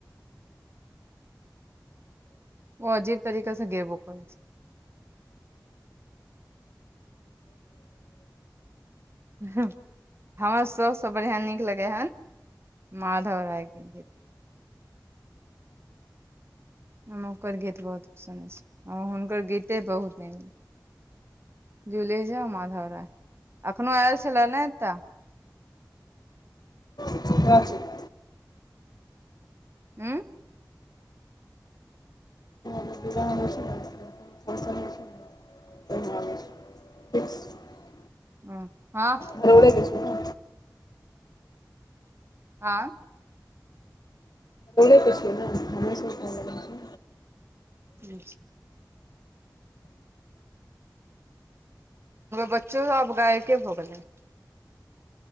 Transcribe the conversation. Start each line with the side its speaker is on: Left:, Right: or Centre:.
Right: ओ अजीब तरीका से गेबो करै छैय। हं हमरा सबसँ बढ़िआँ नीक लगै हन माधव रायके गीत। हम ओकर गीत बहुत सुनै छीये, हं हुनकर गीते बहुत नीक जूली झा, माधव राय एखनो आयल छैलेना एकटा
Left: <unintelligible>
Right: उं
Left: <unintelligible> फंक्शन होई छै ने ओहिमे आबै छै। <unintelligible>
Right: ह हँ
Left: <unintelligible> के छै ने।
Right: हाँ
Left: <unintelligible> के छै ने, हमरे सबके घर लग का छियै।
Right: <unintelligible> हं बच्चो सब आब गायके भऽ गेलै।